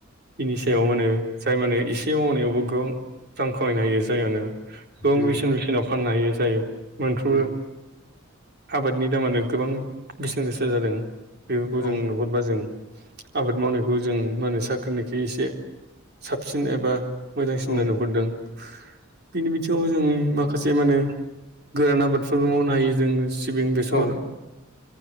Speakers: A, on the right; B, on the left.
A: बेनि सायाव
B: उम
A: मानो जाय माने एसे मावनायावबो गोबां रां खामायनो हायो जायानो गोबां
B: उम
A: बेसेन बेसेना फाननो हायो जायो मोनफ्रोमबो
B: उम
A: आबादनि दामानो गोबां बेसेन गोसा जादों बेफोरखौ
B: औ
A: जों नुहरबा जों आबाद मावनायखौ जों मा होनो साख्रिनिखै एसे साबसिन एबा मोजांसिन
B: औ
A: नुहुरदों बिनि बिथिङाव जों माखासे मा होनो गोरान आबादफोरबो मावनो हायो जों सिबिं बेसर
B: औ